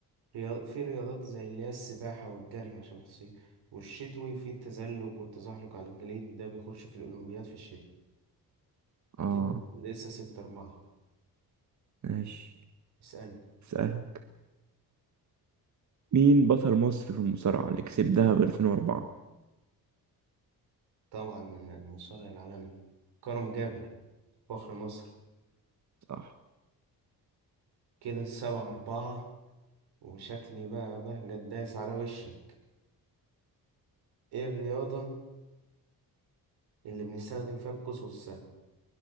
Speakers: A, on the right; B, on the right.
A: رياض... في رياضات زي اللي هي السباحة والجري عشان في الصيف والشتوي في التزلج والتزحلق على الجليد ده بيخش في الأولمبياد في الشتاء
B: اه
A: كده لسه ستة أربعة
B: ماشي
A: اسألني
B: اسألك مين بطل مصر في المصارعة اللي كسبها ب 2004
A: طبعا المصارع العالمي كرم جابر فخر مصر
B: صح
A: كده سبعة أربعة وشكلي بقى بقى جداس على وشك إيه الرياضة اللي بنستخدم فيها القوس والسهم